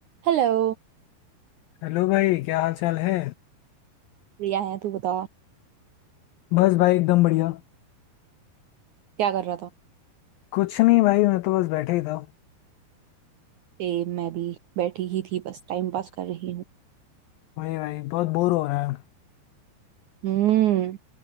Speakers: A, on the right; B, on the left.
A: Hello
B: Hello भाई क्या हाल चाल है
A: Priya है तू बता
B: बस भाई एकदम बढ़िया
A: क्या कर रहा था
B: कुछ नहीं भाई मैं तो बस बैठे ही था
A: सेम मैं भी बैठी ही थी बस टाइम पास कर रही हूँ
B: वही भाई बहुत बोर हो रहा है
A: हम्म